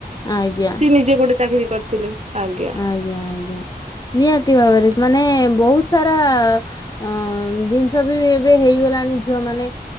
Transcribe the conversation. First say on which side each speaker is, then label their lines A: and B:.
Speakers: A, on the left (about 20°); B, on the right (about 40°).
A: ଆଜ୍ଞା।
B: ସେ ନିଜେ ଗୋଟେ ଚାକିରି କରିଥିଲେ ଆଜ୍ଞା।
A: ଆଜ୍ଞା ଆଜ୍ଞା ନିହାତି ଭାବରେ ମାନେ ବହୁତ ସାରା ଅଁ ଜିନିଷ ବି ଏବେ ହେଇଗଲାଣି ଝିଅ ମାନେ।